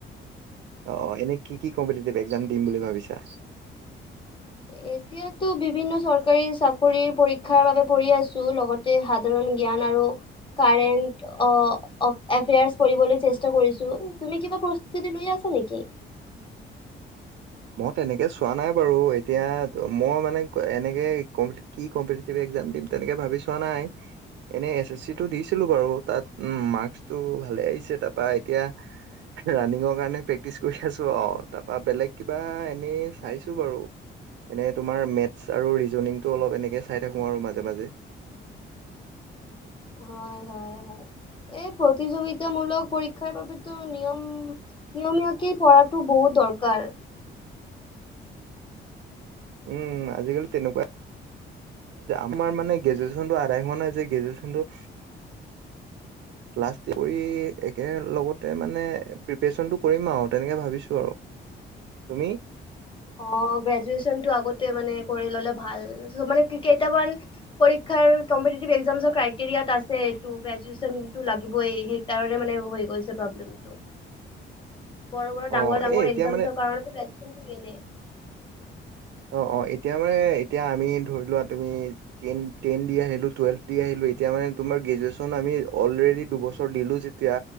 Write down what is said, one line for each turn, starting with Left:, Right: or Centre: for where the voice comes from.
Right: অ এনেই কি কি কম্পিটিটিভ এক্সাম দিম বুলি ভাবিছা?
Left: এতিয়াতো বিভিন্ন চৰকাৰী চাকৰি পৰীক্ষাৰ বাবে পৰিঢ় আছো লগতে সাধাৰণ জ্ঞান আৰু। কাৰেনট এফেএৰ অ পঢ়িবলৈ চেষ্টা কৰি আছোঁ। তুমি কিবা পঢ়ি আ নেকি?
Right: মই তেনেকে চোৱা নাই বাৰু এতিয়া মই মানে এনেকে কমট কি কমপিটিটিভ এ জাম দিম তেনেকে ভাবি চোৱা নাই? এনেই এছ এছ চিটো দিছিলো বাৰু, তাত উম মাৰ্কচটো ভালে আহিছে তাৰপৰা এতিয়া ৰানিঙৰ কাৰণে প্ৰেক্টিচ কৰি আছো আৰু তাৰপা বেলেগ কিবা এনেই চাইছো বাৰু। এনে তোমাৰ মেথছ আৰু ৰিজনিংটো অলপ এনেকে চাই থাকোঁ আৰু মাজে মাজে।
Left: হয় হয়। হয় এই প্ৰতিযোগিতামূলক পৰীক্ষাৰ বাবেতো নিয়ম নিয়মীয়াকেই পঢ়াটো বহুত দৰ কাল
Right: উম আজিকালি তেনেকুৱা আমাৰ মানে গ্ৰেজুৱেশ্যনটো আদায় হোৱা নাই যে গ্ৰেজুৱেশ্যনটো ক্লাষ্ট কৰি একেলগতে মানে প্ৰিপেৰেচনটো কৰিম আৰু তেনেকে ভাবিছো আৰু। তুমি?
Left: অ গ্ৰেজুৱেচনটো আগতে মানে কৰি ললে ভাল, মানে কেইটামান পৰীক্ষাৰ কম্পিটিটিভ একজামছৰ ক্ৰাইটেৰিয়াত আছে টো গ্ৰেজুৱেনটো লাগিবই সেইকাৰণে মা নে হৈ গৈছে প্ৰব্লেমটো। বৰ -বৰ
Right: অ
Left: ডাঙৰ -ডাঙৰ
Right: এ এতিয়া
Left: একজামছৰ
Right: মানে
Left: কাৰনে গ্ৰেজুৱেচনটো <inaudible>
Right: অ অ এতিয়া মানে এতিয়া আমি ধৰি লোৱা তুমি টেন টেন দি আহিলো টুৱেল্ভ দি আহিলো তেতিয়া মানে তোমাৰ গ্ৰেজুৱেচন আমি অলৰেদি দুবছৰ দিলো যেতিয়া